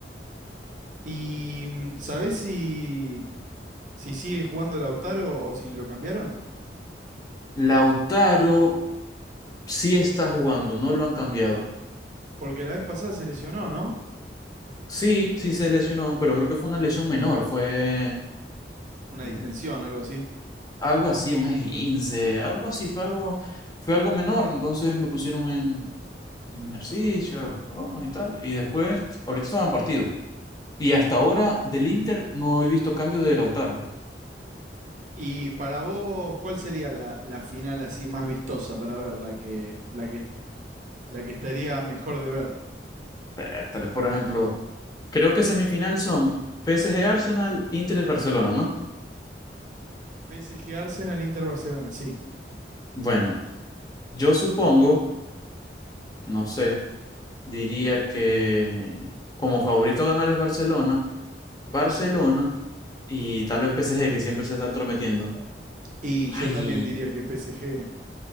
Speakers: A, on the right; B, on the left.
A: ¿Y mm, sabés si, si sigue jugando Lautaro o si lo cambiaron?
B: Lautaro sí está jugando, no lo han cambiado.
A: Porque la vez pasada se lesionó, ¿no?
B: Sí, sí se lesionó, pero creo que fue una lesión menor, fue
A: Una
B: mm,
A: distensión, algo así.
B: algo así, un esguince, algo así, fue algo, fue algo menor, entonces lo pusieron en, en ejercicio, bromas y tal, y después, ahorita estaba en partido. Y hasta ahora del Inter no he visto cambio de Lautaro.
A: Y para vos, ¿cuál sería la, la final así más vistosa para ver? La que, la que, la que estaría mejor de ver.
B: Vértale, por ejemplo, creo que semifinal son PSG Arsenal, Inter Barcelona, ¿no?
A: PSG Arsenal, Inter Barcelona, sí.
B: Bueno, yo supongo, no sé, diría que como favorito a ganar es Barcelona, Barcelona y tal vez PSG que siempre se está entrometiendo.
A: Y
B: Ay,
A: yo también diría que PSG.